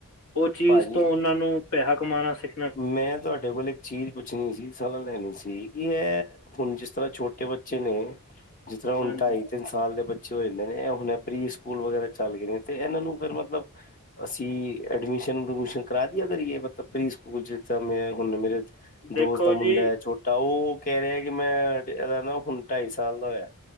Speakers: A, on the left (about 65°); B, on the left (about 40°).
A: ਉਹ ਚੀਜ਼
B: ਭਾਜੀ
A: ਤੋਂ ਉਹਨਾਂ ਨੂੰ ਪੈਸਾ ਕਮਾਉਣਾ ਸਿਖ
B: ਮੈਂ ਤੁਹਾਡੇ ਕੋਲ ਇੱਕ ਚੀਜ਼ ਪੁੱਛਣੀ ਸੀ, ਸਲਾਹ ਲੈਣੀ ਸੀ ਕਿ ਇਹ ਹੁਣ ਜਿਸ ਤਰ੍ਹਾਂ ਛੋਟੇ ਬੱਚੇ ਨੇ ਜਿਸ ਤਰ੍ਹਾਂ ਹੁਣ
A: ਹਾਂਜੀ
B: ਢਾਈ-ਤਿੰਨ ਸਾਲ ਦੇ ਬੱਚੇ ਹੋ ਜਾਂਦੇ ਨੇ, ਇਹ ਹੁਣ ਪ੍ਰੀ ਸਕੂਲ ਵਗੈਰਾ ਚੱਲ ਗਏ ਨੇ, ਤੇ ਇਹਨਾਂ ਨੂੰ ਫੇਰ ਮਤਲਬ ਅਸੀਂ ਐਡਮਿਸ਼ਨ-ਉਡਮਿਸ਼ਨ ਕਰਾ ਤੀ ਉਹਨਾਂ ਦੀ, ਏ ਮਤਲਬ ਪ੍ਰੀ ਸਕੂ ਹੁਣ ਜਿੱਦਾਂ ਮੈਂ ਹੁਣ ਮੇਰੇ
A: ਦੇਖੋ
B: ਦੋਸਤ ਦਾ ਮੁੰਡਾ
A: ਜੀ
B: ਐ ਛੋਟ ਤਾਂ ਊ ਕਹਿ ਰਿਹਾ ਕਿ ਮੈਂ ਇਹਦਾ ਨਾ ਹੁਣ ਢਾਈ ਸਾਲ ਦਾ ਹੋਇਆ।